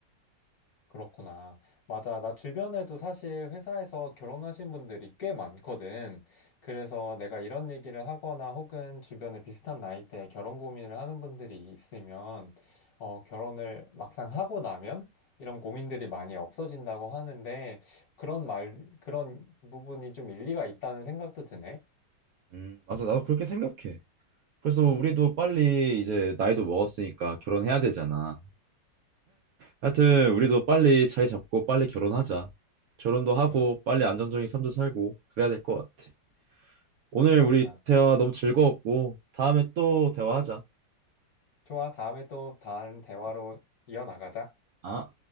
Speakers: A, on the left (about 60°); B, on the right (about 75°).
A: 그렇구나. 맞아. 나 주변에도 사실 회사에서 결혼하신 분들이 꽤 많거든. 그래서 내가 이런 얘기를 하거나 혹은 주변에 비슷한 나이대에 결혼 고민을 하는 분들이 있으면, 어, 결혼을 막상 하고 나면 이런 고민들이 많이 없어진다고 하는데, 그런 말, 그런 부분이 좀 일리가 있다는 생각도 드네.
B: 음, 맞아. 나도 그렇게 생각해. 그래서 우리도 빨리 이제 나이도 먹었으니까 결혼해야 되잖아. 하여튼 우리도 빨리 자리 잡고 빨리 결혼하자. 결혼도 하고
A: 음,
B: 빨리 안정적인 삶도 살고 그래야 될 것 같아. 오늘
A: 맞아.
B: 우리 대화 너무 즐거웠고 다음에 또 대화하자.
A: 좋아. 다음에 또 다른 대화로 이어나가자.
B: 아.